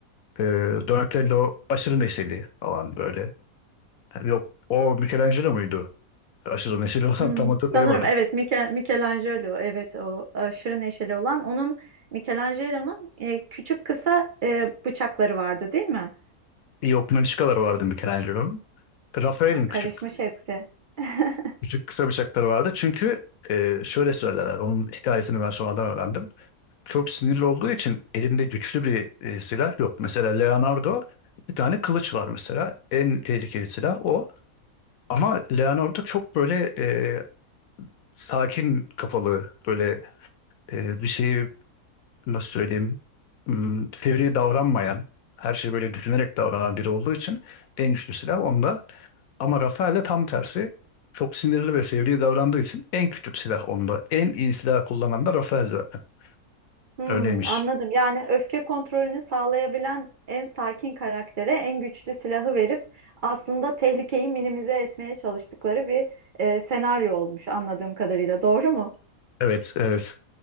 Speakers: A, on the left; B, on the right.
A: e, Donatello aşırı neşeli falan böyle. Yani yok o Michelangelo muydu? Aşırı neşeli <laughs> olan
B: Hmm,
A: tam hatırlayamadım.
B: sanırım evet Mikel, Michelangelo evet o aşırı neşeli olan onun Michelangelo'nun e, küçük kısa e, bıçakları vardı değil mi?
A: Yok Mınçıkalar vardı Michelangelo'nun. Rafael'in
B: Ha,
A: küçük
B: karışmış hepsi. <laughs>
A: Küçük kısa bıçakları vardı. Çünkü e, şöyle söylerler. Onun hikayesini ben sonradan öğrendim. Çok sinirli olduğu için elinde güçlü bir e, silah yok. Mesela Leonardo bir tane kılıç var mesela. En tehlikeli silah o. Ama Leonardo çok böyle e, sakin kafalı böyle e, bir şeyi nasıl söyleyeyim m, fevri davranmayan her şeyi böyle düşünerek davranan biri olduğu için en güçlü silah onda. Ama Rafaelle tam tersi. Çok sinirli ve fevri davrandığı için en küçük silah onda. En iyi silah kullanan da Rafael zaten.
B: Hmm,
A: Öyleymiş.
B: anladım. Yani öfke kontrolünü sağlayabilen en sakin karaktere en güçlü silahı verip aslında tehlikeyi minimize etmeye çalıştıkları bir e, senaryo olmuş anladığım kadarıyla. Doğru mu?
A: Evet, evet.